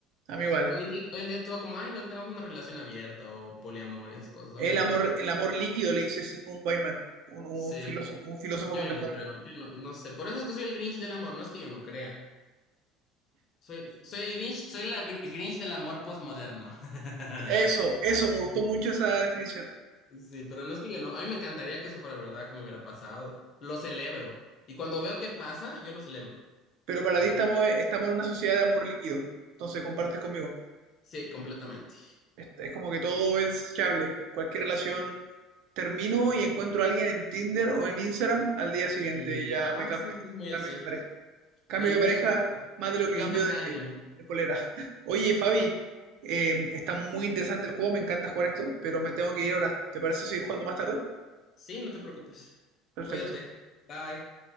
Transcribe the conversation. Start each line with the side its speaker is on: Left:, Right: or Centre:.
Right: a mí igual.
Left: Hoy en día, hoy en día todo como, ay, no tenemos una relación abierta o poliamor y esas cosas,
Right: El
Left: a mí no
Right: amor,
Left: me parece.
Right: el amor líquido, le dice Sigmund Bauman, un, un
Left: Sí,
Right: filósofo, un filósofo
Left: yo
Right: contemporáneo.
Left: ya no creo, yo no, no sé, por eso es que soy el Grinch del amor, no es que yo no crea. Soy, soy el Grinch, soy la Gr- el Grinch del amor postmoderno. <laughs>
Right: Eso, eso, me gustó mucho esa definición.
Left: Sí, pero no es que yo no, a mí me encantaría que eso fuera verdad, que me hubiera pasado. Lo celebro. Y cuando veo que pasa, yo lo celebro.
Right: Pero para
Left: Pero
Right: ti estamos, estamos en una sociedad de amor líquido, entonces compartes conmigo.
Left: sí, completamente.
Right: Es, es como que todo es chable. Cualquier relación
Left: Sí.
Right: termino y encuentro a alguien en Tinder o en Instagram al día siguiente
Left: Y,
Right: y ya
Left: ajá,
Right: me cambio.
Left: sí, es muy
Right: Cambio
Left: así.
Right: de pareja. Cambio
Left: Oye,
Right: de
Left: Cristi,
Right: pareja
Left: <laughs>
Right: más de lo que
Left: instantáneo.
Right: cambio de, de polera. <laughs> Oye, Fabi, eh, está muy interesante el juego, me encanta jugar esto, pero me tengo que ir ahora. ¿Te parece seguir jugando más tarde?
Left: Sí, no te preocupes.
Right: Perfecto.
Left: Cuídate. Bye.